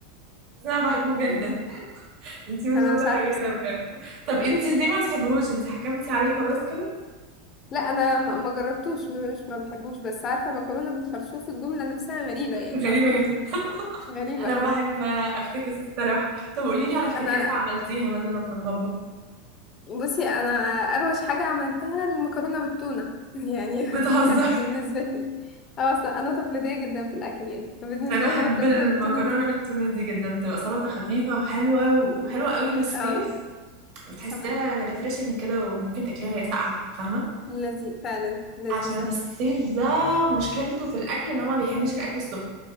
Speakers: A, on the right (about 55°); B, on the left (about 35°).
A: بس أنا بحبه
B: <laughs>
A: جدا أنتي مش
B: أنا
A: متخيلة
B: مش عارفة بصراحة
A: بجد طب أنتي ليه ما بتحبهوش أنتي حكمتي عليه خلاص كده
B: لا انا ما ما جربتوش م- مش ما بحبوش بس عارفه مكرونه بالخرشوف الجمله نفسها غريبه يعني
A: غريبة
B: اصلا
A: جدا
B: <laughs> غريبه
A: أنا بحب أفتكس الصراحة طب قوليلي على افتكاسة
B: انا
A: عملتيها مثلا في المطبخ
B: بصي انا اروش حاجه عملتها المكرونه بالتونه <laughs> يعني دي
A: بتهزر
B: كانت بالنسبه لي اه اصلا انا تقليديه جدا في الاكل يعني فبالنسبه
A: انا بحب
B: لي المكرونه
A: المكرونه
B: بالتونه دي
A: بالتونه دي جدا تبقى سلطه خفيفه وحلوه وحلوه قوي للصيف
B: اه
A: بتحسيها
B: صح
A: ريفريشنج كده وممكن تاكليها وهي ساقعه فاهمه
B: لذيذ فعلا لذيذه
A: عشان الصيف ده مشكلته في الاكل ان هو ما بيحبش الاكل السخن